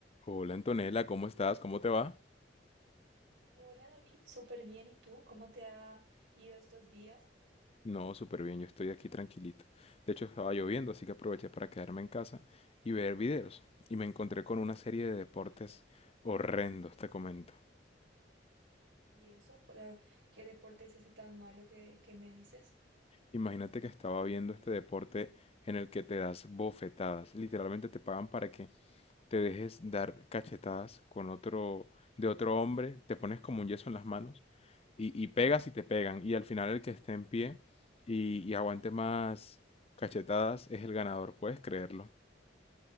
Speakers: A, on the left; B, on the right.
A: Hola Antonella, ¿cómo estás? ¿Cómo te va?
B: Hola David, súper bien. ¿Y tú? ¿Cómo te ha ido estos días?
A: No, súper bien, yo estoy aquí tranquilito. De hecho, estaba lloviendo, así que aproveché para quedarme en casa y ver videos. Y me encontré con una serie de deportes horrendos, te comento.
B: ¿Y eso? cu- ah, ¿Qué deporte es ese tan malo que, que me dices?
A: Imagínate que estaba viendo este deporte en el que te das bofetadas. Literalmente te pagan para que te dejes dar cachetadas con otro, de otro hombre, te pones como un yeso en las manos y, y pegas y te pegan. Y al final el que esté en pie y, y aguante más cachetadas es el ganador, ¿puedes creerlo?